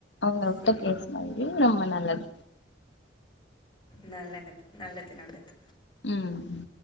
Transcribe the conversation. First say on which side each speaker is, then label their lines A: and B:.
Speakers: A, on the left; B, on the left.
A: உங்கள்ட்ட
B: சேரி
A: பேசு <unintelligible> ரொம்ப நல்லது
B: நல்லது நல்லது நல்லது
A: ம் ம்